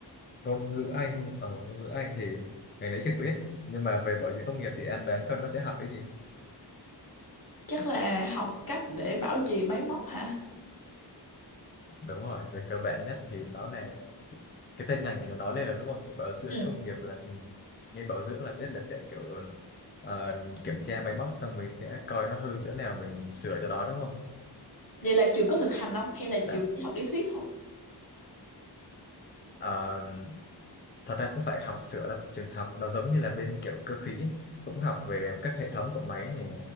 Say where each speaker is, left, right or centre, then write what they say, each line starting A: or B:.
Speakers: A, on the left; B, on the left.
A: ngôn ngữ Anh, ở ngôn ngữ Anh thì ngày nãy trường biết. Nhưng mà về bảo dưỡng công nghiệp thì em đoán con nó sẽ học cái gì?
B: Chắc là học cách để bảo trì máy móc hả?
A: Đúng rồi, về cơ bản nhất thì nó là cái tên ngành thì nó nói lên là đúng không? Kiểu bảo dưỡng
B: ừ.
A: công nghiệp là ừ, nghe bảo dưỡng là biết là sẽ kiểu ờ, kiểm tra máy móc xong mình sẽ coi nó hư chỗ nào mình sửa chỗ đó đúng không?
B: Vậy là trường có thực hành không? Hay là
A: Đấy.
B: trường chỉ học lý thuyết thôi?
A: ờ, thật ra không phải học sửa đâu trường học nó giống như là bên kiểu cơ khí ấy. cũng học về các hệ thống của máy này